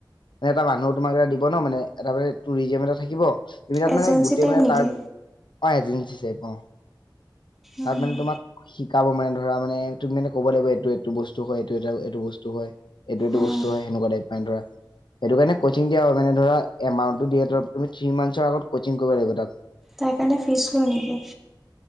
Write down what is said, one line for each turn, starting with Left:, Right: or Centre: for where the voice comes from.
Left: মানে এটা মানুহ তোমাক এটা দিব নহ মানে, এটা মানে টুৰিজম এটা থাকিব। তুমি তাত
Centre: এজেঞ্চি
Left: মানে গোটেই
Centre: টাইপ
Left: মানে
Centre: নেকি?
Left: তাৰ <unintelligible> এজেঞ্চি চ অহ। তাত
Centre: উম,
Left: মানে তোমাক শিকাব মানে, ধৰা মানে তুমি মানে ক'ব লাগিব এইটো এইটো বস্তু হয়, এইটো এইটো বস্তু হয়। এইটো, এইটো
Centre: উম,
Left: বস্তু হয়, সেনেকুৱা টাইপ মানে ধৰা সেইটো কাৰণে কচিং দিয়া হয়, মানে ধৰা, এমাউণ্টো দিয়ে, তুমি থ্ৰী মানথছৰ আগত কচিং কৰিব লাগিব তাত।
Centre: তাৰ কাৰণে ফিজ লয় নেকি